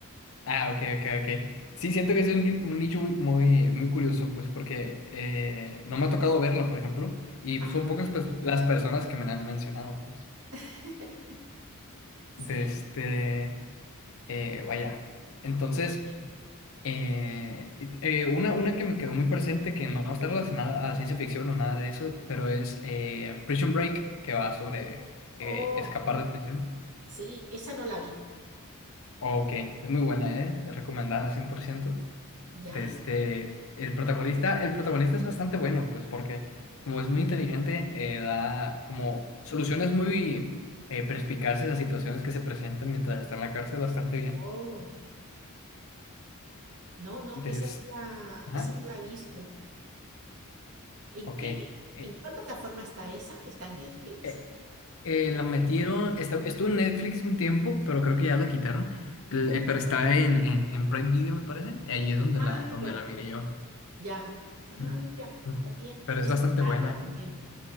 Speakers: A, on the left; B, on the right.
A: Ah, ok, ok, ok. Sí, siento que es un, un nicho muy, muy, muy curioso, pues porque eh, no me ha tocado verlo, por ejemplo. Y
B: Ajá,
A: pues, son pocas pues, las personas que me la han mencionado, pues.
B: <laughs> sí,
A: De este... eh, vaya. Entonces... Eh, it- eh, una, una que me quedó muy presente, que no está
B: sí,
A: relacionada a ciencia ficción o nada de eso, pero es eh, Prison Break, que va sobre
B: oh,
A: eh, escapar de prisión.
B: sí, esa no la vi,
A: Ok, es muy buena, ¿eh? Recomendada cien por ciento
B: ¿ya?
A: De este, el protagonista, el protagonista es bastante bueno, pues porque como es muy inteligente, eh, da como soluciones muy eh, perspicaces a situaciones que se presentan mientras está en la cárcel bastante bien.
B: Oh, no, no,
A: Des...
B: esa no la,
A: Ajá,
B: esa no la he visto. ¿En
A: ok.
B: qué,
A: Eh,
B: en cuál plataforma está esa? ¿Está en Netflix?
A: eh, Eh, la metieron, esta- estuvo en Netflix un tiempo, pero creo que ya la quitaron. El- eh, pero está en, en, en Prime Video, me parece. Ahí es donde
B: Ah,
A: la, donde
B: ya,
A: la miré yo.
B: ya. Ah,
A: Mm.
B: mira, está bien.
A: Pero
B: Está
A: es bastante buena.
B: larga también.